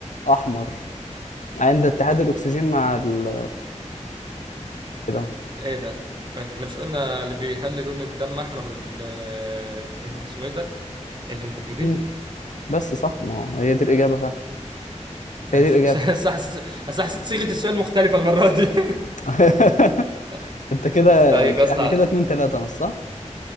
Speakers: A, on the left; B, on the right.
A: احمر عند اتحاد الاكسجين مع ال كده اهو
B: ايه ده احنا مش قلنا اللي بيخلي لون الدم احمر ال آه، ال- اسمه ايه ده الهيموجلوبين
A: مم. بس صح ما هو هي دي الاجابه فعلا
B: ماشي
A: هي دي الاجابه
B: <laughs> بس حسيت أصل حسيت صيغة السؤال مختلفة المرة دي <laughs>
A: <laughs>
B: ط-
A: انت كده
B: طيب
A: ك-
B: يا اسطى
A: احنا كده اتنين تلاته مش صح؟